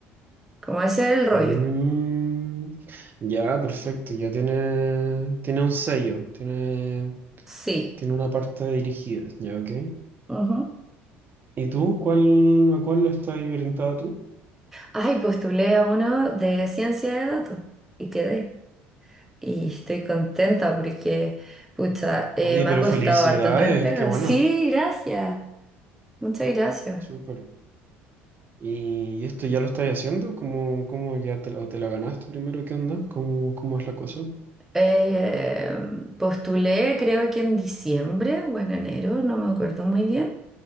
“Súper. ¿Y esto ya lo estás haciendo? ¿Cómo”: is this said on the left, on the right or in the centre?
Right